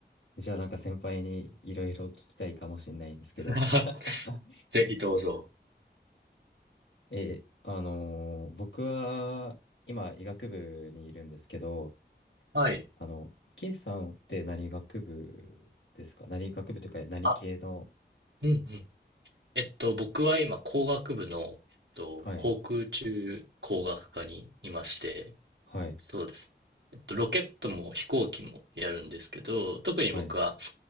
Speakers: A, on the left; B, on the right.
A: ー、じゃあなんか先輩にいろいろ聞きたいかもしれないんですけど。
B: <laughs>
A: <laughs>
B: ぜひどうぞ。
A: え、あのー僕は今医学部にいるんですけど、
B: はい。
A: あの、ケイさんって何学部ですか何学部というか何系の
B: あ、うんうん。えっと、僕は今工学部の、えっと、
A: はい、
B: 航空宇宙工学科にいまして、
A: はい、
B: そうです。えっと、ロケットも飛行機もやるんですけど、特に僕は、
A: はい。
B: えっ